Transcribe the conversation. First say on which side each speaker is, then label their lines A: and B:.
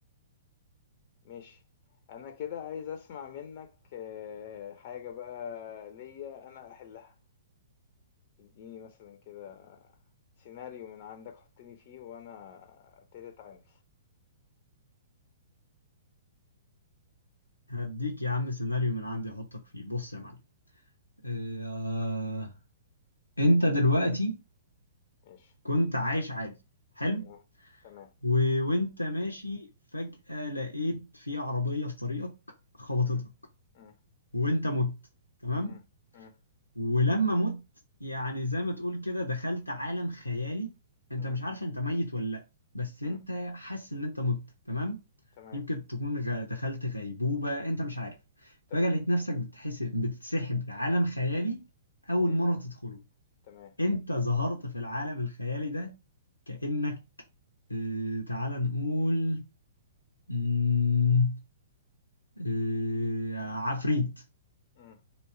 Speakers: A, on the left; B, on the left.
A: ماشي. أنا كده عايز أسمع منّك آه، حاجة بقى ليّا أنا أحلها. ادّيني مثلًا كده سيناريو من عندك حُطّني فيه وأنا أبتدي أتعامل.
B: هديك يا عم سيناريو من عندي احطك فيه بص يا معلم إيه آه انت دلوقتي
A: ماشي.
B: كنت عايش عادي حلو
A: تمام، تمام،
B: و... وانت ماشي فجأة لقيت في عربية في طريقك خبطتك
A: إمم، إمم،
B: وانت مت تمام
A: إمم، إمم،
B: ولما مت يعني زي ما تقول كده دخلت عالم خيالي انت
A: إمم،
B: مش عارف انت ميت ولا لا بس انت
A: إمم،
B: حاسس ان انت مت تمام
A: تمام،
B: يمكن تكون غ- دخلت غيبوبة انت مش عارف
A: تمام،
B: فجأة لقيت نفسك بتحس بتتسحب لعالم خيالي اول
A: إمم،
B: مرة تدخله
A: تمام،
B: انت ظهرت في العالم الخيالي ده كأنك اه تعال نقول مم، اه عفريت
A: إمم،